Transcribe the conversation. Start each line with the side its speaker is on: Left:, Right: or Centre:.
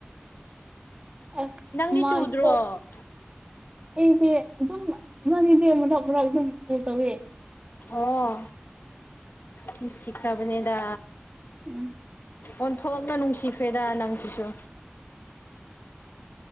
Right: ꯑ
Left: ꯅꯪꯗꯤ
Right: ꯑꯃ
Left: ꯆꯨꯗ꯭ꯔꯣ
Right: ꯏꯣ ꯑꯩꯗꯤ ꯑꯗꯨꯝ ꯏꯕꯅꯤꯗꯤ ꯃꯔꯛ ꯃꯔꯛ ꯑꯗꯨꯝ ꯀ ꯇꯧꯋꯦ
Left: ꯑꯣ ꯅꯨꯢꯁꯤꯈꯔꯕꯅꯦꯗ
Right: ꯎꯝ
Left: ꯑꯣꯟꯊꯣꯛꯅ ꯅꯨꯡꯁꯤꯈ꯭ꯔꯦꯗ ꯅꯪꯁꯤꯁꯨ